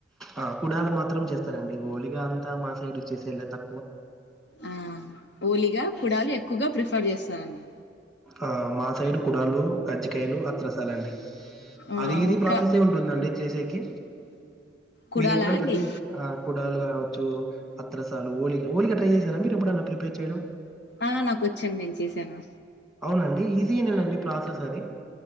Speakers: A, in the centre; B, on the left (about 60°).
A: ఆ కుడాలు మాత్రం చేస్తారండి. ఓలిగా అంతా మా సైడ్ చేసేదిలా తక్కువా.
B: ఆ ఓలిగా కుడాలు ఎక్కువగా ప్రిఫర్ చేస్తారు అండి.
A: ఆ మా సైడ్ కుడాలు, కజ్జికాయలు అత్రసాలండి.
B: ఆ
A: అది ఈజీ
B: ఒక్క
A: ప్రాసెసే ఉంటుందండి చేసేకి.
B: కుడాలా
A: మీరు ఎప్పుడన్నా
B: అండి
A: ట్రై చేసారా ఆ కుడాలు కావచ్చు, అత్రసాలు, ఓలిగా ఓలిగలు ట్రై చేసారా మీరు ఎప్పుడన్నా ప్రిపేర్ చేయడం.
B: ఆ నాకొచ్చండి నేను చేసాను.
A: అవునా అండి ఈజీ ఏనానండి ప్రాసెస్. అది.